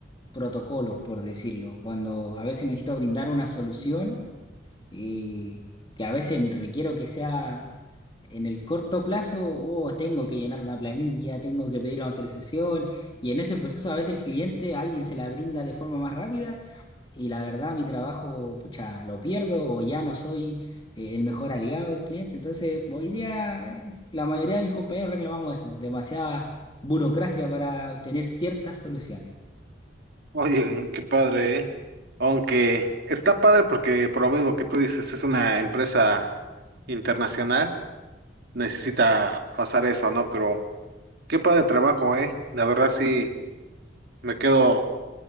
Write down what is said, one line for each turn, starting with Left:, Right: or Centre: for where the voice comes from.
Left: protocolos, por decirlo. Cuando a veces necesito brindar una solución, eh, que a veces requiero que sea en el corto plazo, o tengo que llenar una planilla, tengo que pedir una autorización, y en ese proceso a veces el cliente, alguien se la brinda de forma más rápida. Y la verdad, mi trabajo, pucha, lo pierdo o ya no soy eh, el mejor aliado del cliente. Entonces, hoy día eh, la mayoría de mis compañeros reclamamos eso, demasiada burocracia para obtener ciertas soluciones.
Right: Oye, qué padre, ¿eh? Aunque está padre porque por lo mismo que tú dices, es una empresa internacional, necesita pasar eso, ¿no? Pero qué padre trabajo, ¿eh? La verdad sí me quedo